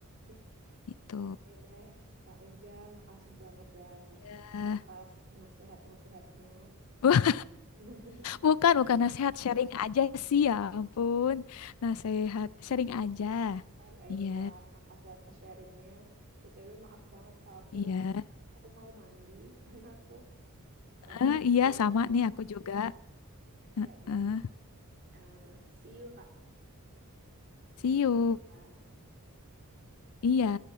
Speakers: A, on the right; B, on the left.
A: <laughs>
B: gitu.
A: Oke deh, Kak Ega, makasih banget ya nas
B: Ya.
A: atas nasihat-nasihatnya.
B: Wah,
A: <laughs>
B: bukan bukan nasihat, sharing aja sih ya ampun. Nasihat, sharing aja.
A: Eh,
B: Iya,
A: Oke lah, makasih atas sharingnya. BTW maaf banget Kak, aku
B: iya.
A: aku mau mandi <laughs> karena aku eh,
B: Eh,
A: belum
B: iya
A: belum
B: sama nih aku juga. Eh,
A: ya udah.
B: eh.
A: Eh, see you Kak.
B: See
A: Sampai
B: you.
A: jumpa.
B: Iya,